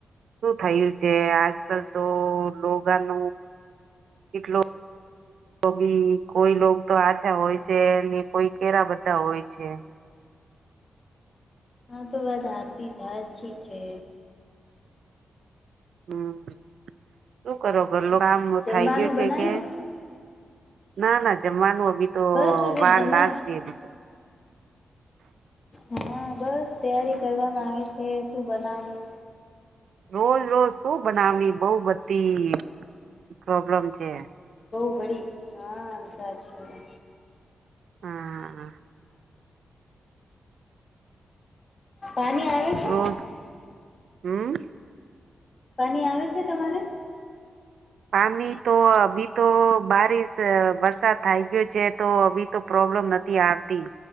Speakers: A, on the right; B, on the left.
A: શું થયું છે આજ કાલે તો લોગા ન કેટલો તો ભી કોઈ લો તો આછા હોય છે ને, કોઈ કે બધા હોય છે.
B: હા, તો વધારતી છે.
A: હમ, શું કરો? ઘરલો
B: ઓર
A: કામ
B: જમવાનું
A: થાય ગયા છે
B: બનાયું
A: કે? ના ના, જમવાનું એ બી તો
B: બસ હવે
A: વાર
B: અમે
A: લાગશે એ બી
B: હા, બસ તૈયારી કરવામાં આવે છે. શું બનાવાનું?
A: રોજ રોજ શું બનાવવું, બઉ બધી પ્રોબ્લેમ છે.
B: બહુ બડી હા, સાચી એ.
A: હા.
B: પાણી આવે છે?
A: રોજ હમ.
B: પાણી આવે છે તમારે?
A: પાણી તો અભી તો બારિશ વરસાદ થઈ ગયો છે, તો હી તો પ્રોબ્લેમ નથી આવતી.